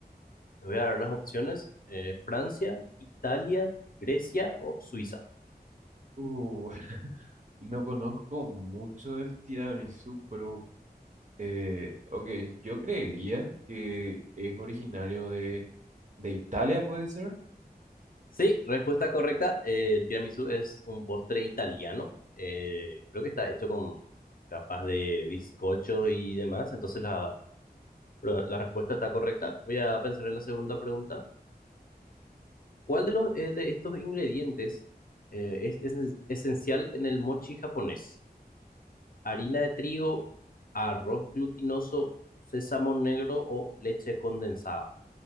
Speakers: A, on the left; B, on the right.
A: Te voy a dar las opciones. eh, Francia, Italia, Grecia o Suiza.
B: Uh, <laughs> no conozco mucho del tiramisú, pero eh, ok, yo creería que es originario de, de Italia, ¿puede ser?
A: Sí, respuesta correcta. eh, el tiramisú es un postre italiano. eh, creo que está hecho con capas de bizcocho y demás. Entonces la, pro- la respuesta está correcta. Voy a pensar en la segunda pregunta. ¿Cuál de los eh, de estos ingredientes eh, es, es esencial en el mochi japonés? ¿Harina de trigo, arroz glutinoso, sésamo negro o leche condensada?